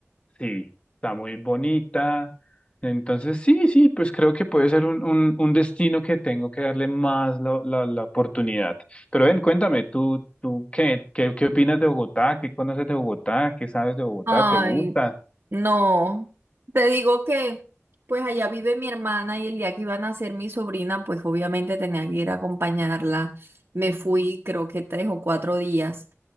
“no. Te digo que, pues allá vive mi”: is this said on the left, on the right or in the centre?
Right